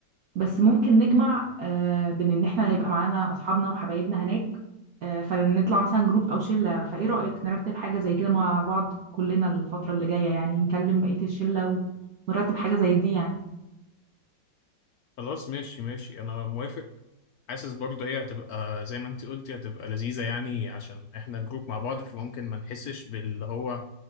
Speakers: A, on the right (about 60°); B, on the left (about 70°).
A: بس ممكن نجمع آه بين إن إحنا يبقى معانا أصحابنا وحبايبنا هناك آه فنطلع مثلا جروب أو شلة فإيه رأيك نرتب حاجة زي كده مع بعض كلنا الفترة اللي جاية يعني نكلم بقية الشلة ونرتب حاجة زي دي يعني
B: خلاص ماشي ماشي أنا موافق حاسس برضه هي هتبقى زي ما انت قلتي هتبقى لذيذة يعني عشان احنا جروب مع بعض فممكن ما نحسش باللي هو